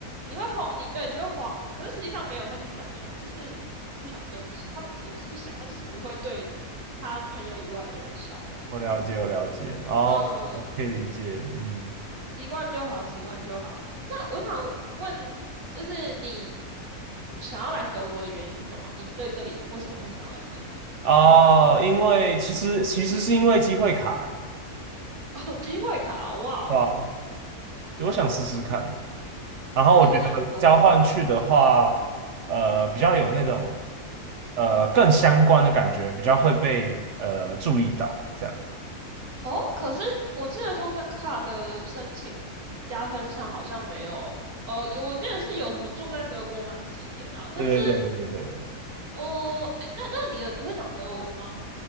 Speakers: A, on the right; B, on the right.
A: 你会慌，你对你会慌，可是实际上没有，他就是长那样，他就是不想对你，他也不是不想，他就是不会对他朋友以外的人笑而已。
B: 我了解，我了解，哦，
A: 嗯，
B: 可以理解，嗯，
A: 习惯就好，习惯就好。那我想问，就是你想要来德国的原因是什么？你对这里为什么会想要来这里？
B: 哦，因为其实其实是因为机会卡，欸
A: <laughs> 哦，机会卡哦，哇哦
B: 对啊，就我想试试看，然后我觉得交换去的话，
A: 那你会讲德文吗？
B: 呃，比较有那种呃更相关的感觉，比较会被呃注意到，这样，
A: 哦，可是我记得双生卡的申请加分上好像没有。哦，有我记得是有什么住在德国满几年啊，但是
B: 对对对对对对，
A: 哦，诶，那那你的你会讲德文吗？